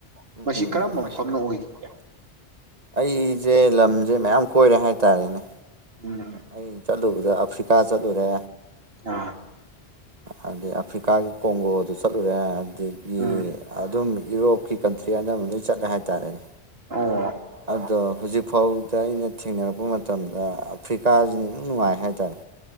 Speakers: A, on the right; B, on the right.
A: ꯎꯝ
B: ꯃꯁꯤ
A: ꯎꯝ
B: ꯀꯔꯝꯕ
A: ꯎꯝ
B: ꯃꯐꯝꯅ
A: ꯃꯁꯤ ꯀꯝꯕ
B: ꯑꯣꯏꯈꯤꯒꯦ
A: ꯍ ꯑꯩꯁꯦ ꯂꯝꯁꯦ ꯃꯌꯥꯝ ꯀꯣꯏꯔꯦ ꯍꯥꯏꯇꯥꯔꯦꯅꯦ
B: ꯎꯝ ꯎꯝ
A: ꯑ ꯆꯠꯂꯨꯕꯗ ꯑꯐ꯭ꯔꯤꯀꯥ ꯆꯠꯂꯨꯔꯦ
B: ꯑ
A: ꯑꯗꯨꯩ ꯑꯐ꯭ꯔꯤꯀꯥꯒꯤ ꯀꯣꯡꯒꯣꯗꯨ ꯆꯠꯂꯨꯔꯦ ꯑꯗꯨꯗꯒꯤ
B: ꯎꯝ
A: ꯑꯗꯨꯝ ꯌꯨꯔꯣꯞꯀꯤ ꯀꯟꯇ꯭ꯔꯤ ꯑꯅꯝꯕ ꯂꯣꯏ ꯆꯠꯂꯦ ꯍꯥꯏꯇꯥꯔꯦꯅꯦ
B: ꯑꯣ
A: ꯑꯗꯣ ꯍꯧꯖꯤꯛꯐꯥꯎ ꯐꯧꯗ ꯑꯩꯅ ꯊꯦꯡꯅꯔꯛꯄ ꯃꯇꯝꯗ ꯑꯐ꯭ꯔꯤꯀꯥꯁꯤꯅ ꯅꯨꯡꯉꯥꯏ ꯍꯥꯏꯇꯥꯔꯦ